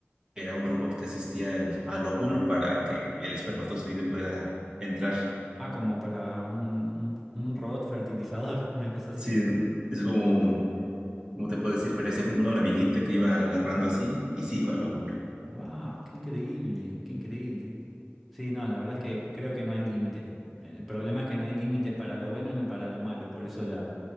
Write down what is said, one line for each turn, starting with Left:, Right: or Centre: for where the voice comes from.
Right: Era un robot que asistía al, al óvulo para que el espermatozoide pueda entrar.
Centre: Ah, como para un, un un robot fertilizador, <laughs> una cosa así.
Right: Sí, es como, ¿cómo te puedo decir? Parecía como una hormiguita que iba agarrando así y sí iba al óvulo.
Centre: Wow, qué increíble, qué increíble. Sí, no, la verdad es que creo que no hay límites. El problema es que no hay límites para lo bueno ni para lo malo. Por eso la,